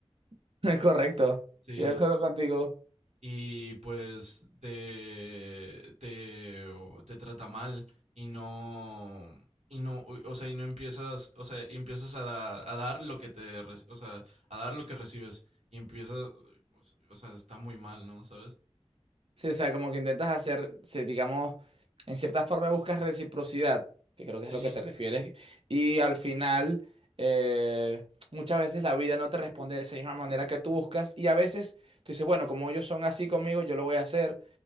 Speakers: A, on the right; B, on the right.
A: <laughs> Es correcto.
B: Sí.
A: Estoy de acuerdo contigo.
B: y pues te, te, te trata mal y no, y no, o sea, y no empiezas, o sea, y empiezas a, da- a dar lo que te, re- o sea, a dar lo que recibes y empiezas, o s- o sea, está muy mal, ¿no? ¿Sabes?
A: Sí, o sea, como que intentas hacer, sí, digamos, en cierta forma buscas reciprocidad, que creo que
B: Sí,
A: es lo que te refieres, y al final eh, muchas veces la vida no te responde de esa misma manera que tú buscas, y a veces tú dices, bueno, como ellos son así conmigo, yo lo voy a hacer,